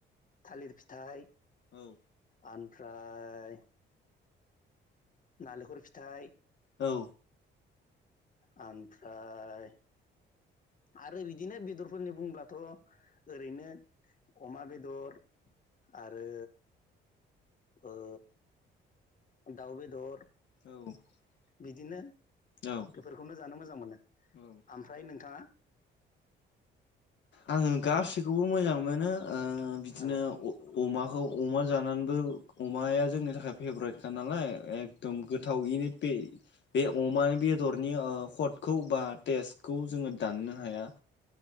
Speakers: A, on the left; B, on the left.
A: थालिर फिथाइ
B: औ
A: आन फ्राय नालेखर फिथाइ
B: औ
A: ओमफ्राय आरो बिदिनो बेदरफोरनि बुंब्लाथ' ओरैनो अमा बेदर आरो ओ दाउ बेदर
B: <inaudible>
A: बिदिनो
B: औ
A: बेफोरखौनो जानो मोजां मोनो
B: औ
A: ओमफ्राय नोंथाङा?
B: आङो गासैखौबो मोजां मोनो ओ बिदिनो
A: औ
B: अ अमाखौ अमा जानानैबो अमाया जोंनि थाखाय फेभरेटखा नालाय एकदम गोथाव इनो बे बे अमानो बे बेदरनि हटखौ बा टेस्खौ जोङो दाननो हाया